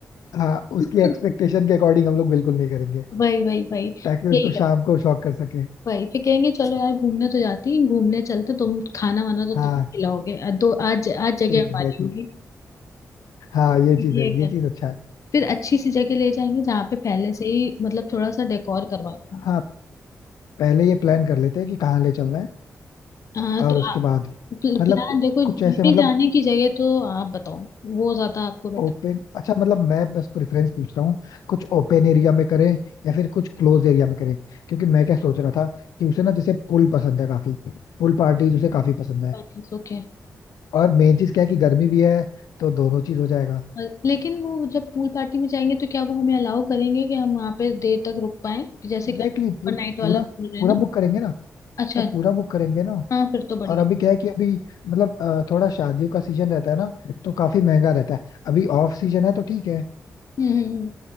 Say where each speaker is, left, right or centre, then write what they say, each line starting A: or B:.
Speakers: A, on the left; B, on the left.
A: हाँ उसकी
B: <laughs>
A: एक्सपेक्टेशन के अकॉर्डिंग हम लोग बिल्कुल नहीं करेंगे
B: वही वही वही
A: ताकि
B: यही
A: उसको
B: कर
A: शाम को शॉक कर सके
B: वही फिर कहेंगे चलो यार घूमने तो जाती है घूमने चलते तुम खाना वाना तो तुम
A: हाँ
B: खिलाओगे अ, तो आज आज जगह
A: एग्जैक्टली
B: हमारी होगी
A: exactly. हाँ ये
B: <laughs>
A: चीज
B: ये
A: है
B: कर
A: ये चीज अच्छा है
B: फिर अच्छी सी जगह ले जाएंगे जहाँ पे पहले से ही मतलब थोड़ा सा डेकोर करवा देंगे
A: हाँ पहले ये प्लान कर लेते हैं कि कहाँ ले चलना है
B: हाँ
A: और
B: तो
A: उसके
B: आप
A: बाद
B: प्लान
A: मतलब कुछ,
B: देखो ले
A: कुछ ऐसे मतलब
B: जाने की जगह तो आप बताओ वो ज्यादा आपको बेटर
A: ओपन अच्छा मतलब मैं बस प्रेफरेंस पूछ रहा हूँ कुछ ओपन एरिया में करें या फिर कुछ क्लोज एरिया में करें क्योंकि मैं क्या सोच रहा था कि उसे ना जैसे पूल पसंद है काफी पूल पार्टीज उसे काफी पसंद है
B: ओके
A: और मेन चीज क्या है कि गर्मी भी है तो दोनों चीज हो जाएगा
B: अ- लेकिन वो जब पूल पार्टी में जाएंगे तो क्या वो हमें अलाउ करेंगे कि हम वहाँ पे देर तक रुक पाए जैसे
A: एग्जैक्टली
B: कि
A: exactly,
B: हम
A: पूरा
B: नाइट वाला
A: पूरा
B: बोल रहे
A: पूरा
B: हैं ना
A: बुक करेंगे ना
B: अच्छा
A: तो पूरा बुक करेंगे ना
B: हाँ फिर तो बढ़िया
A: और अभी क्या है कि अभी मतलब अ, थोड़ा शादियों का सीजन रहता है ना तो काफी महंगा रहता है अभी ऑफ सीजन है तो ठीक है
B: हम्म हम्म हम्म।